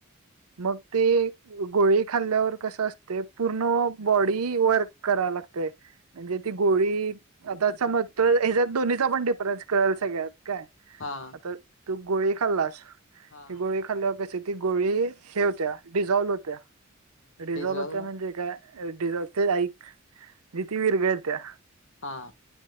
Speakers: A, on the right (about 85°); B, on the left (about 55°).
A: मग ते गोळी खाल्ल्यावर कस असते पूर्ण बॉडी वर्क कराव लागते. म्हणजे ती गोळी आता समज तर हचा दोन्हीचा पण कळेल सगळत काय
B: हा
A: आता तू गोळी खाल्लास
B: हा
A: की गोळी खाल्ल्यावर कशी ती गोळी हे होत्या डिझॉल्व होतिया. रिझोल
B: डिझल
A: होतिया म्हणजे काय? ते ऐक ती विरघळतिया.
B: हां